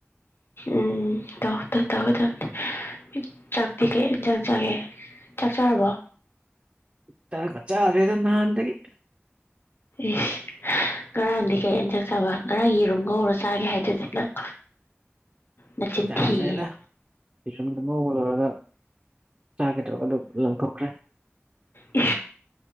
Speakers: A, on the left (about 60°); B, on the right (about 30°).
A: ꯎꯝ ꯇꯧ ꯇꯧꯒ ꯇꯅꯤ ꯆꯥꯛꯇꯤ ꯀꯩꯟ ꯆꯪ ꯆꯒꯦ ꯆꯥꯛꯆꯔꯕꯣ
B: ꯆ ꯈꯆ ꯀꯂꯦꯗꯅ ꯑꯗꯒꯤ
A: ꯏꯁ ꯉꯔꯥꯡꯗꯤ ꯀꯩ ꯑꯟ ꯆꯛ ꯆꯥꯕ ꯉꯔꯥꯡ ꯌꯦꯔꯨꯝ ꯉꯧꯔꯣ ꯆꯥꯒꯦ ꯍꯥꯏꯗꯨꯗꯤ ꯅꯪ ꯅꯆꯤꯟ
B: ꯆꯥꯗ꯭ꯔꯦꯗ
A: ꯊꯤꯌꯦ
B: ꯏꯔꯝꯗ ꯃꯧꯕ ꯂꯣꯏꯔꯒ ꯆꯥꯒꯗꯧꯔ ꯑꯗꯨꯝ ꯂꯪꯊꯣꯛꯈ꯭ꯔꯦ
A: ꯎ